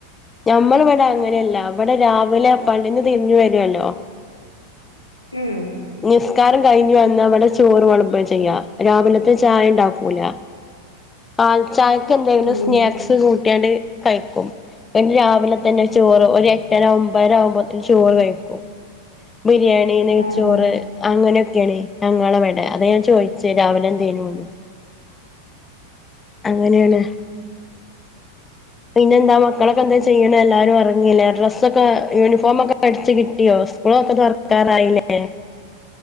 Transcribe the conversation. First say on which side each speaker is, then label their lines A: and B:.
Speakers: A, on the left; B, on the left.
A: ഞമ്മള് ഇവ്ടങ്ങന നല്ല ഇവടെ രാവിലെ പള്ളീന്ന് തിര്ഞ്ഞ് വരൊല്ലോ
B: ഉം
A: നിസ്കാരം കഴി ഞ്ഞ് വന്നവടെ ചോറ് വളമ്പ ചെയ്യ രാവ്‌ലത്തെ ചായ ഇണ്ടാക്കൂല കാലി ചായക്ക് എന്തെങ്കിലും
B: ഉം
A: സ്നാക്സ് കൂട്ട്യാണ്ട് കഴിക്കും പിന്നെ രാവിലെ തന്നെ ചോറ് ഒരു എട്ടര ഒമ്പേര ആവുമ്പോത്തിന് ചോറ് കഴിക്കും ബിരിയാ ണി, നെയ്ച്ചോറ്,
B: ആഹ് ആഹ് ആഹ്
A: അങ്ങനൊക്കേണ് ഞങ്ങളെവെടെ ടെ അതെഞാൻ ചോയ്ച്ചേ രാവിലെ എന്തേനുന്ന് അങ്ങനെയാണ് പിന്നെന്താ മക്കളൊക്കെ
B: ഉം
A: എന്താ ചെയ്യണേ എല്ലാരും ഒറ ങ്ങില്ലേ ഡ്രസ്സൊക്കെ യൂണിഫോമൊക്കെ അടിച്ചു കിട്ടിയോ സ്കൂളൊക്കെ തൊറക്കാനായില്ലേ